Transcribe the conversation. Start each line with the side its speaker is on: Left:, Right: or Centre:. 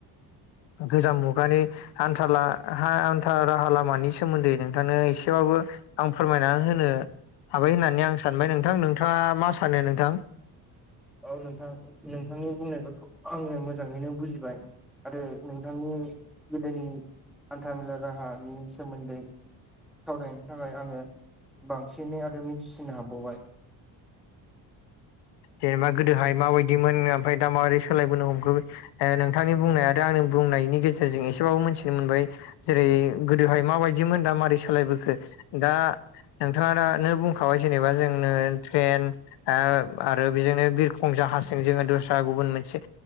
Left: गोजाम मुगानि हानथा हान्था राहा लामानि सोमोन्दै नोंथांनो एसेबांबो आं फोरमायना होनो हाबाय होननानै आं सानबाय नोंथां नोंथाङा मा सानो नोंथां।
Centre: औ नोंथां नोंथांनि बुंनायफोरखौ आङो मोजाङैनो बुजिबाय। आरो नोंथांनि गोदोनि हान्थामेला राहानि सोमोन्दै सावरायनो थाखाय आङो बांसिनै आरो मिथिसिनो हाबाबावबाय।
Left: जेनेबा गोदोहाय माबायदिमोन ओमफ्राय दा माबोरै सोलायबोनो हमखो। नोंथांनि बुंनाय आरो आंनि बुंनायनि गेजेरजों एसेबाबो मोनथिनो मोनबाय। जेरै गोदोहाय माबायदिमोन दा मारै सालायबोखो दा। नोंथाङा दानो बुंखाबाय जेनेबा जोंनो ट्रेन आरो बेजोंनो बिरखं जाहाजजों जोङो दस्रा गुबुन मोनसे